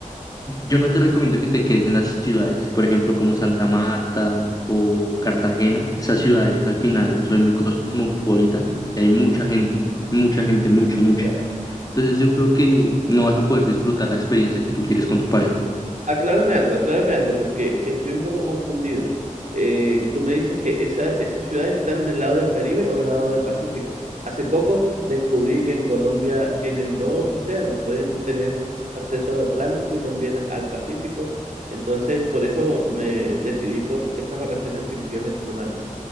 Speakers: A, on the left; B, on the right.
A: Yo no te recomiendo que te quedes en las ciudades, por ejemplo, como Santa Marta o Cartagena. Esas ciudades al final son muy cosmopolitan y hay mucha gente, mucha gente, mucha, mucha.
B: Ya.
A: Entonces yo creo que no vas a poder disfrutar la experiencia que tú quieres con tu pareja.
B: Aclárame algo, aclárame algo, porque estoy un poco confundido. Eh, tú me dices que esa- esas ciudades están del lado del Caribe o del lado del Pacífico. Hace poco descubrí que en Colombia tienen dos océanos, pueden tener acceso al Atlántico y también al Pacífico. Entonces, por eso me decidí por estas vacaciones definitivamente tomarlas.